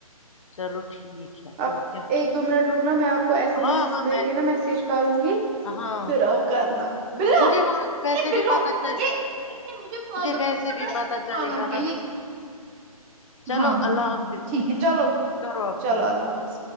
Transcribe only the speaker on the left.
چلو ٹھیک ہے
اور کیا
ہاں
ہاں
ہاں
مجھے وہاں ویسے
بھی پتا چل
ویسے
بھی
پتا
چلے
گا
نا
چلو
اللہ حافظ
کرو آپ
فون